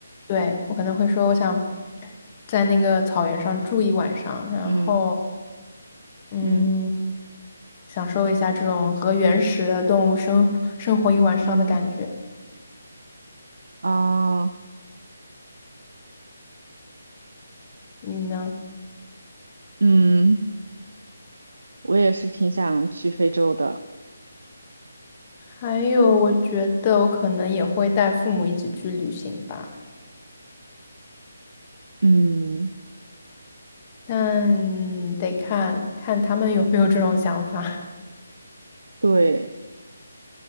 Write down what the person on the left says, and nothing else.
对，我可能会说，我想在那个草原上住一晚上，然后
嗯，
享受一下这种和原始的动物生生活一晚上的感觉。
你呢？
还有，我觉得我可能也会带父母一起去旅行吧，
但得看看他们有没有这种想法。<laughs>